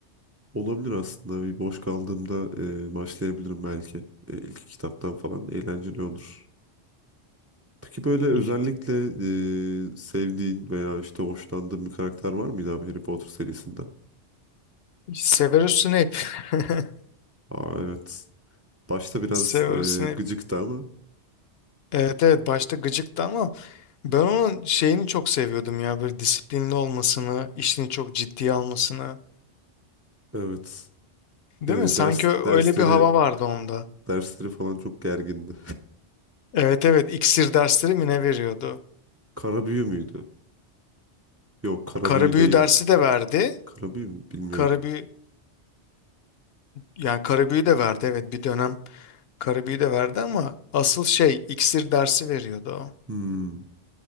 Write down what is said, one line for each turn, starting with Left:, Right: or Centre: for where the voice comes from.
Right: olabilir aslında bir boş kaldığımda e, başlayabilirim belki E, ilk kitaptan falan eğlenceli olur. Peki böyle özellikle
Left: Evet.
Right: e, sevdiğin veya işte hoşlandığın bir karakter var mıydı abi Harry Potter serisinde?
Left: Severus Snape. <laughs>
Right: Aa, evet. Başta biraz
Left: Severus
Right: e,
Left: Snape.
Right: gıcıktı ama
Left: Evet evet başta gıcıktı ama Ben onun şeyini çok seviyordum ya böyle disiplinli olmasını, işini çok ciddiye almasını.
Right: evet.
Left: Değil
Right: E, ders
Left: mi? Sanki ö-
Right: dersleri
Left: öyle bir hava vardı onda.
Right: dersleri falan çok gergindi.
Left: Evet evet iksir dersleri mi ne veriyordu?
Right: <laughs> Karabüyü müydü? Yok, Karabüyü
Left: Karabüyü
Right: değildi.
Left: dersi de verdi.
Right: Karabüyü mü? Bilmiyorum.
Left: Karabüyü yani karabüyü de verdi evet bir dönem karabüyü de verdi ama asıl şey iksir dersi veriyordu o.
Right: Hmm,